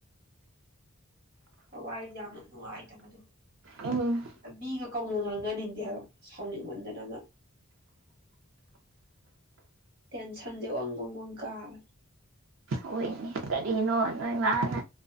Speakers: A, on the right; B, on the right.
A: ꯊꯋꯥꯏ ꯌꯥꯝꯅ ꯅꯨꯡꯉꯥꯏꯇꯕꯗꯣ
B: ꯎꯝ
A: ꯑ ꯃꯤꯒ ꯀꯧꯅ ꯉꯥꯡꯅꯅꯤꯡꯗꯦ ꯍꯥꯏꯕ ꯁꯥꯎꯅꯤꯡꯃꯟꯗꯅꯒ ꯇꯦꯟꯁꯟꯁꯦ ꯋꯡ ꯋꯡ ꯋꯡ ꯀꯥꯔꯦ
B: ꯍꯣꯏꯅꯦ ꯀꯔꯤꯅꯣ ꯅꯣꯏ ꯃꯥꯅ